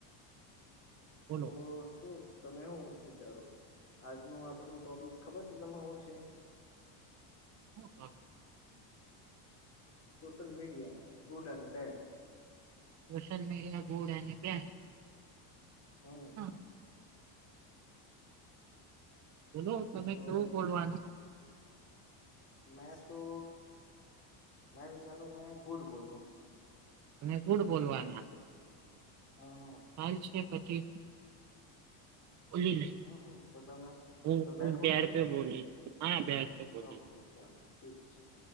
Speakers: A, on the right (about 35°); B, on the left (about 30°).
A: બોલો?
B: તો શું તમે હું વિચારો? આજનું આપડું ટોપિક ખબર છે તમે હુ છે?
A: હા..
B: સોશિયલ મીડિયા ગુડ અને બેડ
A: સોશિયલ મીડિયા ગુડ અને ક્યાં
B: હમ
A: હા.. બોલો, તમે
B: તો
A: કેવું બોલવાનું?
B: મેં તો, એમ વિચારું મેં ગુડ બોલું
A: તમે ગુડ બોલવાના?
B: હમ હમ
A: હાલ છે પછી બલી નઈ
B: હમ હમ તો તમે
A: હુ-હું
B: તમે બેટ બોલશો
A: બેડ પે બોલી, હા બેડ પે બોલી
B: ઓકે ચાલો ઠીક છે,